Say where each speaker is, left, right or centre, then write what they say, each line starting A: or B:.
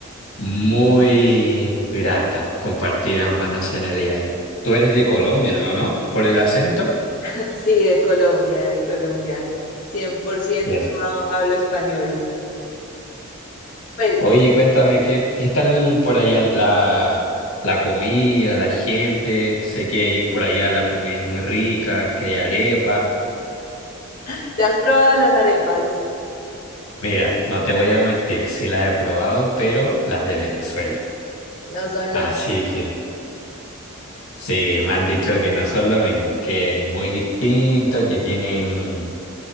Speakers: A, on the left; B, on the left.
A: Muy grata compartir ambas nacionalidades. Tú eres de Colombia, ¿no? ¿No? ¿Por el acento?
B: <laughs> Sí, de Colombia, de Colombia. 100%
A: Yes.
B: hablo español. Pues,
A: Oye,
B: y-
A: cuéntame, ¿qué, qué tal por allá la, la comida, la gente? Sé que ahí, por allá la comida es muy rica, que hay arepas.
B: <laughs> ¿ya has probado las arepas?
A: Mira, no te voy a mentir, sí las he probado, pero las de Venezuela.
B: No son
A: Así
B: lo mismo.
A: que... Sí, me han dicho que no son lo mismo, que es muy distinto, que tienen,